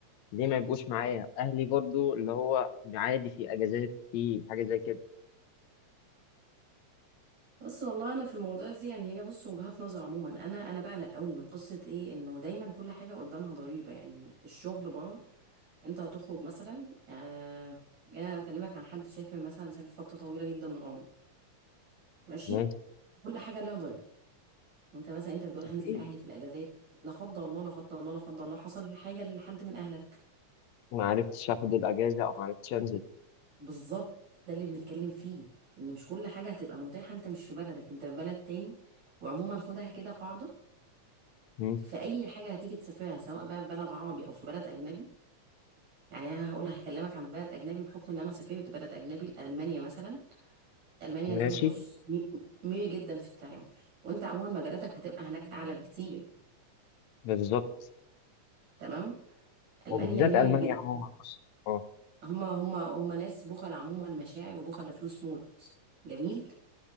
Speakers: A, on the left; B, on the right.
A: ليه ما يبقوش معايا أهلي برضه اللي هو عادي في أجازات في حاجة زي كده
B: بس والله انا في الموضوع دي يعني هي بص وجهات نظر عموما انا انا بقلق قوي من قصة ايه انه دايما كل حاجة قدامها ضريبة يعني الشغل بره انت هتخرج مثلا آه يعني انا بكلمك عن حد سافر مثلا سافر فترة طويلة جدا من عمره ماشي
A: تمام
B: كل حاجة ليها ضريبة انت مثلا انت بتقول هنزل
A: أكيد
B: لاهلي في الاجازات لا قدر الله لا قدر الله لا قدر الله حصل حاجة لحد من اهلك
A: ما عرفتش آخد الأجازة أو ما عرفتش أنزل
B: بالظبط ده اللي بنتكلم فيه ان مش كل حاجة هتبقى متاحة انت مش في بلدك انت في بلد تاني وعموما خدها كده قاعدة
A: مم.
B: في اي حاجة هتيجي تسافرها سواء بقى في بلد عربي او في بلد اجنبي يعني انا هقول هكلمك عن بلد اجنبي بحكم ان انا سافرت بلد اجنبي المانيا مثلا المانيا دول
A: ماشي
B: بص مي- ميري جدا في التعامل وانت عموما مجالاتك هتبقى هناك اعلى بكتير
A: بالظبط
B: تمام المانيا
A: وبالذات
B: ميري
A: ألمانيا
B: جدا
A: عموما أصلا أه
B: هما هما هما ناس بخل عموما مشاعر وبخل فلوس موت جميل